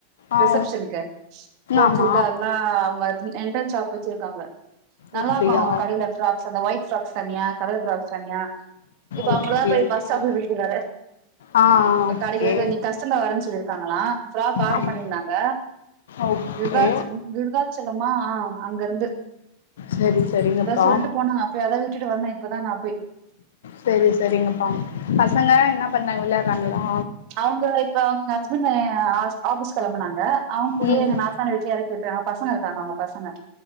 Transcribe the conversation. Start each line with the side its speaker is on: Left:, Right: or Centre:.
Left: ஆ
Right: ரிசப்ஷனுக்கு கோட்
Left: ஆமா
Right: சூட்டு அல்லா அவுங்க ரென்டல் ஷாப் வச்சிருக்காங்க நல்லா
Left: அப்டியா
Right: இருக்கு அவுங்க கடையில ஃப்ராக் அந்த ஒயிட் ஃப்ராக்ஸ் தனியா கலர் ஃப்ராக்ஸ் தனியா இப்ப
Left: ஓகே
Right: அவுங்களா பேய்
Left: ஓகே
Right: பஸ் ஸ்டாப்ல விட்டுட்டு வர
Left: ஆ
Right: இப்ப
Left: ஓகே
Right: கடைக்குதாத நீ கஸ்டமர் வரேன்னு சொல்லிருக்காங்களா ஃப்ராக் ஆர்டர்
Left: அம்
Right: பண்ணிருந்தாங்க
Left: ஓகே
Right: விருதாச் விருதாத் சலமா ஆ அங்க இருந்து
Left: சரி சரிங்கப்பா
Right: அதா சொல்ட்டு போனாங்க இப்ப அதா போய் விட்டுட்டு வந்த இப்பதா நா போய்
Left: செரி செரி செரிங்கப்பா பசங்க என்ன பண்றாங்க விளையாடுறாங்களா
Right: அவுங்க இப்ப அவுங்க ஹஸ்பண்ட் ஆஃபிஸ் கெளம்புனாங்க அவுங்க கூடயே
Left: ம்
Right: எங்க
Left: ம்
Right: நாத் தனார் வீட்ல எறக்கி விட்டாங்க பசங்க இருக்காங்க அவுங்க பசங்க